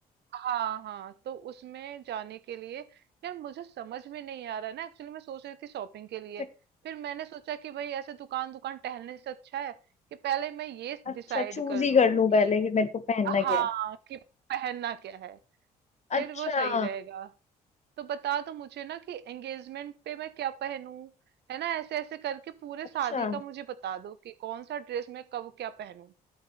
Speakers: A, on the right; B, on the left.
A: हाँ हाँ तो उसमें जाने के लिए यार मुझे समझ में नहीं आ रहा है ना एक्चुअली मैं सोच रही थी शॉपिंग के लिए
B: अच्छा
A: फिर मैंने सोचा कि भाई ऐसे दुकान दुकान टहलने से अच्छा है कि पहले मैं ये
B: अच्छा
A: डिसाइड
B: चूज
A: कर
B: ही
A: लूं
B: कर लूं पहले
A: कि
B: कि मेरे को पहनना
A: हाँ
B: क्या है
A: कि पहनना क्या है फिर
B: अच्छा
A: वो सही रहेगा तो बता दो मुझे ना कि एंगेजमेंट पे मैं क्या पहनूं है ना ऐसे ऐसे करके पूरे
B: अच्छा
A: शादी का मुझे बता दो कि कौन सा ड्रेस मैं कब क्या पहनूं